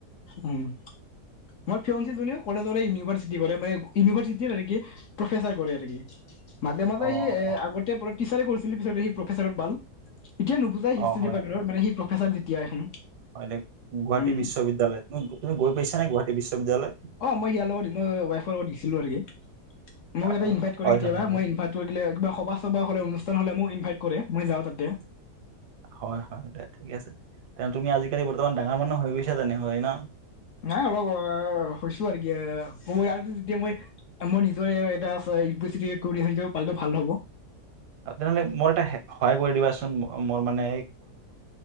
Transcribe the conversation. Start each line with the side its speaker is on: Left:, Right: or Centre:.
Left: উম, মোৰ ফিয়ান্স জনিও কলেজৰেই ইউ <unintelligible> কৰে মানে ইউনিভাৰ্চিটিৰ প্ৰফেচাৰ কৰে নেকি মাজে মাজে
Right: অ
Left: সি এ
Right: অ
Left: আগতে টিচাৰে কৰিছিল পিছতে সি প্ৰফেচাৰত পাল। এতিয়া নুবুজাই হিষ্টৰী
Right: অ, হয়
Left: ডিপাৰ্টমেণ্টত,
Right: দে হয়
Left: মানে সি প্ৰফেচাৰ যেতিয়া এখন
Right: হয় নে, গুৱাহাটী
Left: উম
Right: বিশ্ববিদ্যালয়, তুমি গৈ পাইছা নে গুৱাহাটী বিশ্ববিদ্যালয়?
Left: অ মই ইয়াৰ লগত দি মই ৱাইফৰ লগত দিছিলো আৰুকি মোক
Right: অ
Left: তাতে ইনভাইট কৰে
Right: হয়
Left: কেতিয়াবা
Right: হয় হয়
Left: মই ইনভাইট কৰিলো সভা চবা হ'লে অনুষ্ঠ তেনেহ'লে মোক ইনভাইট কৰে মই যাওঁ তাতে।
Right: হয়, হয়, দে ঠিকে আছে। তে তুমি আজিকালি বৰ্তমান ডাঙৰ মানুহ হৈ গৈছা তেনেহলে ন?
Left: নাই অলপ অ হৈছো আৰু কিই যেতিয়া মই মই নিজৰে এটা ইউনিভাৰ্চিটিত কৰি <unintelligible> পালটো ভাল হ'ব।
Right: তেনেহলে মোৰ এটা সহায় কৰি দিবাচোন মোৰ মানে